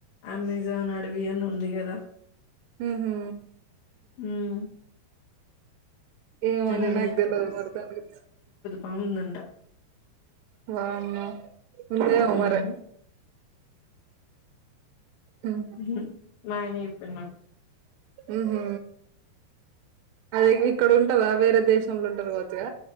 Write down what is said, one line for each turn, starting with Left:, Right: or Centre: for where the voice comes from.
Left: అమెజాన్ అడవి అని ఉంది గదా
Right: మ్హ్
Left: ఉమ్
Right: ఏ ఒ
Left: దాంట్లో
Right: నె నగ్ దెల్వదు మరి దన్న గురించి
Left: పాముందంట
Right: వామ్మొ ఉందేమొ
Left: ఉమ్
Right: మరె ఉమ్
Left: మ్హ్ మాయ్న యెప్పిన్నక్
Right: మ్హ్ అది గిక్కడ ఉంటదా వేరే దేశంలో ఉంటది గావచ్చు గ